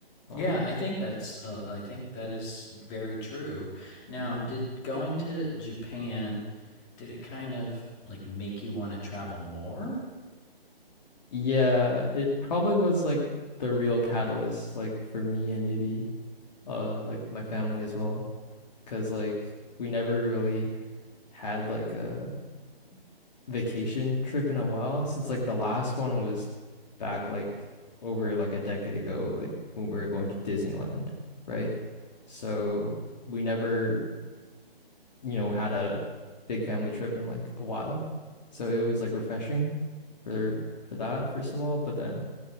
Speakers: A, on the left; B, on the left.
A: Um
B: Yeah, I think that's uh, I think that is very true. Now,
A: Mhm.
B: did going to Japan did it kind of like make you want to travel more?
A: yeah, it probably was like the real catalyst like for me and maybe uh like my family as well because like we never really had like a vacation trip in a while since like the last one was back like over like a decade ago, like when we were going to Disneyland, right? So we never, you know, had a big family trip in like a while. So it was like refreshing for for that first of all, but then